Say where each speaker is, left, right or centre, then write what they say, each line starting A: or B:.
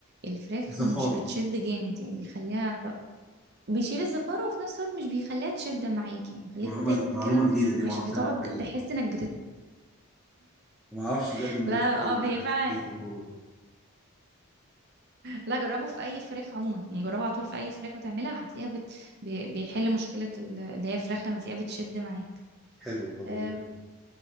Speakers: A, on the right (about 50°); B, in the centre.
A: الفراخ
B: زفارة
A: مش بتشد جامد يعني بيخليها بيشيل الزفارة وفي نفس الوقت مش بيخليها تشد معاك يعني بيخليك
B: معلومة
A: بتاكل
B: معلومة
A: كده
B: جديدة دي
A: مش
B: ما اعرفش
A: بتقعد
B: من الحل
A: تحس انك بتت
B: ما اعرفش
A: <laughs>
B: بجد ان
A: لا
B: الخيل
A: اه هي فعلا
B: في الموضوع
A: لا جربه في اي فراخ عموما يعني جربه على طول في اي فراخ بتعملها هتلاقيها بت... بي- بيحل مشكلة ال- اللي هي الفراخ لما تلاقيها بتشد معاك
B: حلو طب
A: آه،
B: وايه